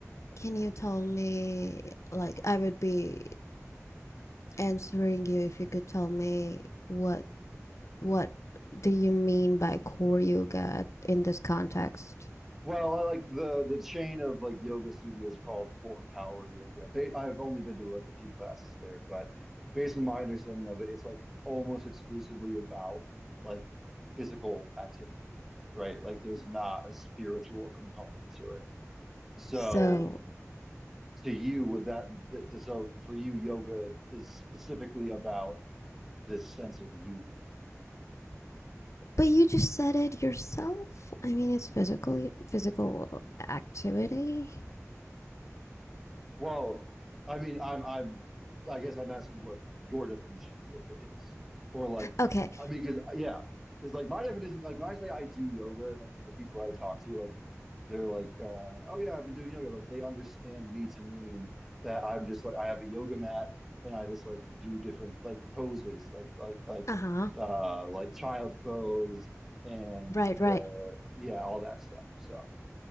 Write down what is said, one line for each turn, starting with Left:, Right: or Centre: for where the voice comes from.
Left: Can you tell me like I would be answering you if you could tell me what what do you mean by core yoga in this context?
Centre: Well, I like the the chain of like yoga studios called Core Power Yoga. They, I've only been to like a few classes there, but based on my understanding of it, it's like almost exclusively about like physical activity, right? Like there's not a spiritual component to it. So
Left: So,
Centre: to you, would that th- so for you, yoga is specifically about this sense of union.
Left: but you just said it yourself. I mean, it's physical physical activity.
Centre: Well, I mean, I'm, I'm, I guess I'm asking what your definition of yoga is, or like,
Left: Okay,
Centre: I mean, because yeah, because like my definition, like when I say I do yoga, and like when the people I talk to, like they're like, uh, oh yeah, I've been doing yoga. Like they understand me to mean that I'm just like I have a yoga mat and I just like do different like poses, like like like
Left: Uh-huh.
Centre: uh like child's pose and
Left: Right,
Centre: the
Left: right.
Centre: yeah all that stuff. So